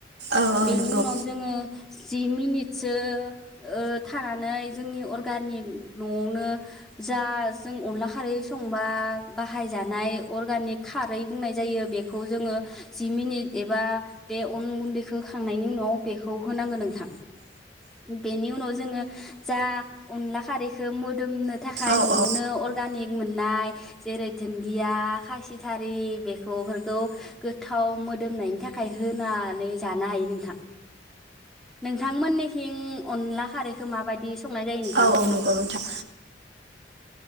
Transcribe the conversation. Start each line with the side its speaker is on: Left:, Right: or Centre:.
Right: औ औ
Centre: बेनि
Right: नंगौ
Centre: उनाव जोंङो जि मिनिटसो ओ थानानै जोंनि अर्गानिक न'आवनो जा जों अनला खारै संबा बाहायजानाय अर्गानिक खारै बुंनाय जायो बेखौ जोङो जि मिनिट एबा बे अन गुन्दैखौ खांनायनि उनाव बेखौ होनांगोन नोंथां। बेनि उनाव जोंङो जा अनला खारै मोदोमनो थाखाय
Right: औ
Centre: न'आवनो
Right: औ
Centre: अर मोन्नाय जेरै थोनदिआ खासि थारि बेफोरखौ गोथाव मोदोमनाय नि थाखाय होनानै जानो हायो नोंथां नोंथां मोननि थिं अनला खारै खो माबायदि संनाय जायो नोंथां?
Right: औ औ नंगौ नोंथां।